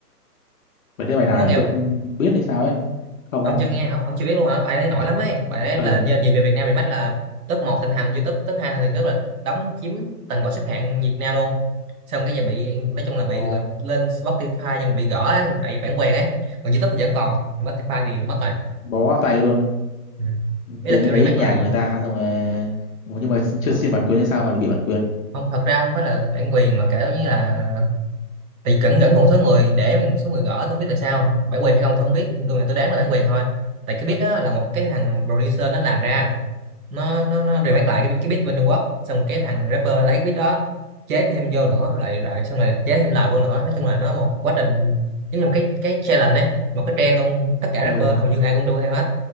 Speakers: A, on the left; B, on the right.
A: bài đấy bài nào
B: ông có
A: nhỉ?
B: nghe
A: tôi không biết hay sao ấy không
B: ông
A: không
B: chưa nghe ông ông chưa biết luôn hả bài đấy nổi lắm ấy bài đấy
A: Ừ.
B: là nhân gì về Việt Nam Remake là top một thịnh hành YouTube top 2 thịnh hành YouTube là đóng chiếm toàn bộ xếp hạng Việt Nam luôn xong cái giờ bị nói chung là bị
A: Ồ,
B: là lên Spotify nhưng mà bị gỡ ấy, tại vì bản quyền ấy còn YouTube thì vẫn còn còn Spotify thì mất rồi
A: bó vào tay luôn.
B: ừ. ý
A: Tự
B: là
A: nhiên
B: kiểu
A: lấy
B: remake
A: nhà
B: lại
A: của người ta xong rồi Ủa, nhưng mà chưa
B: thật,
A: xin bản quyền hay sao mà lại bị bản quyền.
B: không thật ra không phải là bản quyền mà kiểu như là bị cẩn cẩn một số người để một số người gỡ tôi không biết tại sao bản quyền hay không tôi không biết tôi tôi đoán là bản quyền thôi tại cái beat đó là một cái thằng producer nó làm ra nó nó nó remake lại cái cái beat bên Trung Quốc xong cái thằng rapper lấy beat đó chế thêm vô nữa lại lại xong rồi chế thêm lại vô nữa nói chung là nó một quá trình giống như một cái cái challenge ấy một cái trend luôn tất cả
A: Ờ,
B: rapper hầu như ai cũng đu theo hết